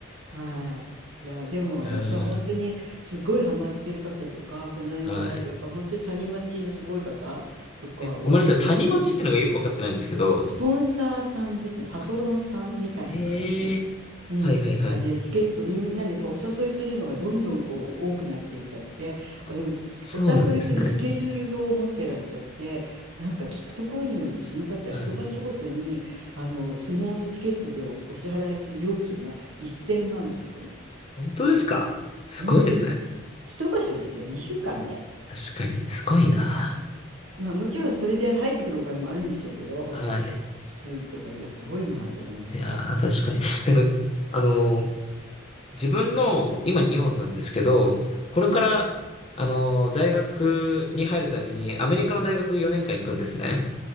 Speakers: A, on the right (about 80°); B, on the left (about 30°).
A: はい。いや、でも、
B: うん。
A: やっぱ本当に、すごいハマってる方とか、この間お会いして、
B: はい。
A: やっぱ本当に谷町のすごい方とかお会いしてお話
B: え、ごめんなさい。谷町ってのがよくわかってないんですけど。
A: スポンサーさんですね、パトロンさんみたいな感じ。
B: あ、へえ。
A: うん。
B: はいはいはい。
A: あ、で、チケットみんなでやっぱお誘いするのがどんどんこう多くなってっちゃって、
B: あ、
A: あの、すお誘いするスケジュール表を持ってらっしゃって、
B: そうなんですね。
A: なんか聞くところによるとその方、
B: はい。
A: 一場所ごとに、あの、相撲のチケットでお、お支払いする料金が1000万だそうです。
B: 本当ですかすごいですね。
A: うん。一場所ですよ、2週間で。
B: 確かに。すごいな。
A: うん。まあもちろんそれで入ってくるお金もあるんでしょうけど、
B: はい。
A: すごい、まあすごいなと思いました。
B: いやー、確かに。なんか、あのー自分の、今日本なんですけど、これから、
A: うん。
B: あのー大学に入るためにアメリカの大学4年間行くんですね。